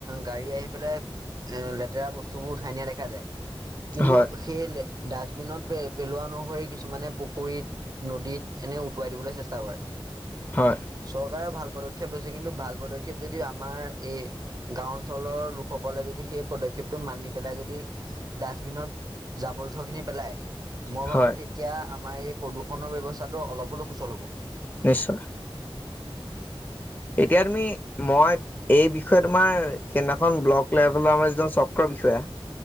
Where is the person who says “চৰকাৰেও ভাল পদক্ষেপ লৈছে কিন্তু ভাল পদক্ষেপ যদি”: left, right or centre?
Right